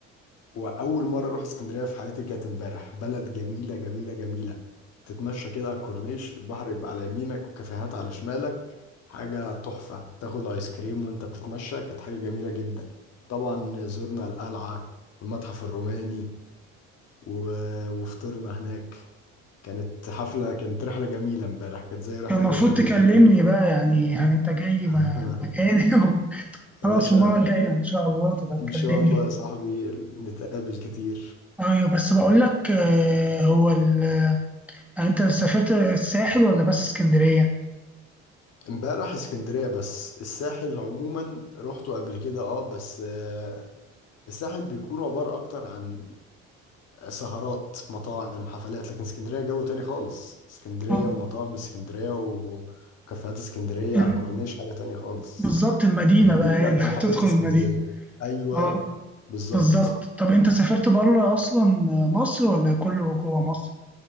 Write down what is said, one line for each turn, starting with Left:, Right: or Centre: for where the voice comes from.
Left: واول مره اروح اسكندريه في حياتي كانت امبارح بلد جميله جميله جميله تتمشى كده على الكورنيش البحر يبقى على يمينك وكافيهات على شمالك حاجه تحفه تاخد ايس كريم وانت بتتمشى كانت حاجه جميله جدا طبعا زرنا القلعه والمتحف الروماني و... وفطرنا هناك كانت حفله كانت رحله جميله امبارح كانت زي رحله
Centre: كان المفروض
Left: اسريه
Centre: تكلمني
Left: كده
Centre: بقى يعني يعني أنت جاي
Left: <laughs>
Centre: م- مكاني <laughs>
Left: يا
Centre: خلاص
Left: باشا
Centre: المرة الجاية إن شاء الله تبقى تكلمني
Left: ان شاء الله يا صاحبي نتقابل كتير
Centre: أيوة بس بقول لك آه، هو ال... يعني أنت سافرت الساحل ولا بس اسكندرية؟
Left: امبارح اسكندرية بس الساحل عموما روحته قبل كده اه بس آه، الساحل بيكون عبارة اكتر عن سهرات مطاعم حفلات لكن اسكندرية جو تاني خالص اسكندرية
Centre: آه.
Left: ومطاعم اسكندرية و- وكافيهات اسكندرية
Centre: ال-
Left: على الكورنيش حاجة تانية خالص
Centre: بالظبط المدينة
Left: جميل
Centre: بقى
Left: اوي
Centre: هنا
Left: انا
Centre: <laughs>
Left: حبيت
Centre: تدخل
Left: اسكندرية
Centre: المدينة
Left: ايوه
Centre: أه
Left: بالظبط
Centre: بالظبط طب أنت سافرت بره أصلا مصر ولا كله جوه مصر؟